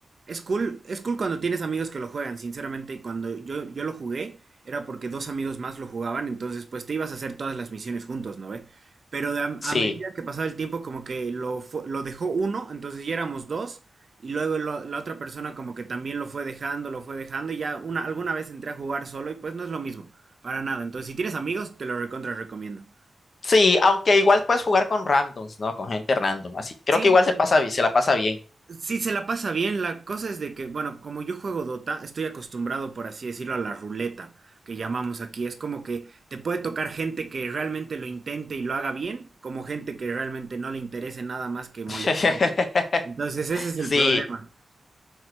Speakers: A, on the right; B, on the left.
A: Es cool, es cool cuando tienes amigos que lo juegan, sinceramente, cuando yo, yo lo jugué era porque dos amigos más lo jugaban, entonces pues te ibas a hacer todas las misiones juntos, ¿no ve? Pero de a,
B: Sí.
A: a medida que pasaba el tiempo como que lo, fu- lo dejó uno, entonces ya éramos dos, y luego lo- la otra persona como que también lo fue dejando, lo fue dejando, y ya una, alguna vez entré a jugar solo y pues no es lo mismo, para nada. Entonces si tienes amigos, te lo recontra recomiendo.
B: Sí, aunque igual puedes jugar con randoms, ¿no? Con gente random, así. Creo
A: Sí,
B: que igual se pasa, bi- se la pasa bien.
A: Sí, se la pasa bien. La cosa es de que, bueno, como yo juego Dota, estoy acostumbrado, por así decirlo, a la ruleta que llamamos aquí. Es como que te puede tocar gente que realmente lo intente y lo haga bien, como gente que realmente no le interese nada más que molestarte.
B: <laughs>
A: Entonces, ese es
B: Sí,
A: el problema.